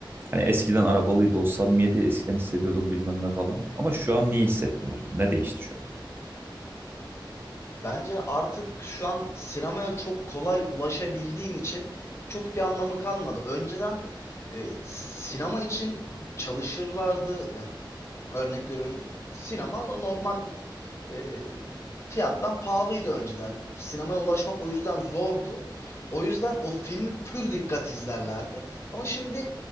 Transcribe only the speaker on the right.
Hani eskiden arabalıydı o samimiyeti eskiden hissediyordum bilmem ne falan. Ama şu an niye hissetmiyoruz? bunu? Ne değişti şu an?